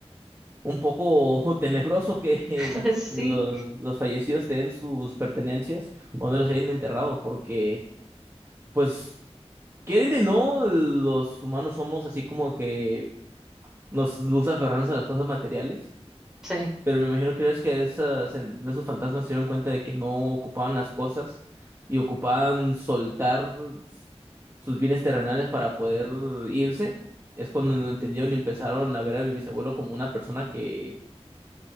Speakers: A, on the right (about 20°); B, in the centre.
A: un poco <laughs> tenebroso que
B: <laughs>
A: las,
B: sí,
A: los, los fallecidos tengan sus pertenencias o no los hayan enterrado, porque, pues, quieren de no, los humanos somos así como que nos gusta aferrarnos a las cosas materiales.
B: sí.
A: Pero me imagino que es que esas, en- esos fantasmas se dieron cuenta de que no ocupaban las cosas y ocupaban soltar sus bienes terrenales para poder irse. Es cuando lo entendieron y empezaron a ver a mi bisabuelo como una persona que,